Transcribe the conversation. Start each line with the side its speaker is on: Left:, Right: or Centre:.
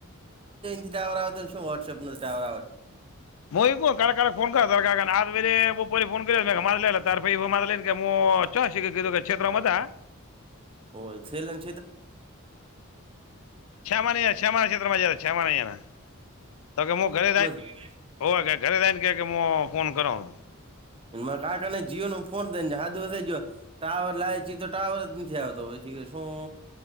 Right: <unintelligible> ટાવર આવે તો શું વોટ્સપ ટાવર આવે
Left: <unintelligible> <unintelligible>
Right: હો છેલા
Left: શ્યામાની અહીંયા શ્યામાના ક્ષેત્રમાં જતા શ્યામાના અહીંયાના તો કે હું ઘરે જાય
Right: <unintelligible> <unintelligible>
Left: <unintelligible> ફોન કરો
Right: <unintelligible> જીઓ નો ફોન <unintelligible> ટાવર લાવચ તો ટાવર જ નથી આવતો પછી શું